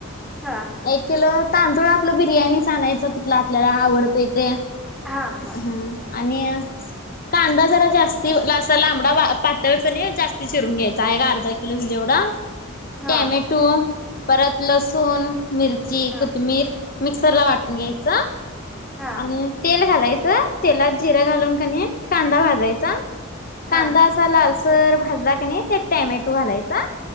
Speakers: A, in the centre; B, on the left.
A: हा
B: एक किलो तांदूळ आपलं बिर्याणीचं आणायचं कुठलं आपल्याला आवडतंय ते
A: हा हा
B: ह. आणि कांदा जरा जास्ती ला असा लांबडा बा पातळ कणी जास्त चिरून घ्यायचा का अर्धा किलो विल एवडा
A: हा
B: टॅमॅटो परत लसूण, मिरची,
A: हा
B: कोथमीर मिक्सर ला वाटून घ्यायचं
A: हा
B: आणि तेल घालायचं तेलात जिरा घालून कनी कांदा भाजायचा
A: हा
B: कांदा असा लालसर भाजला क नी त्यात टॅमॅटो घालायचा.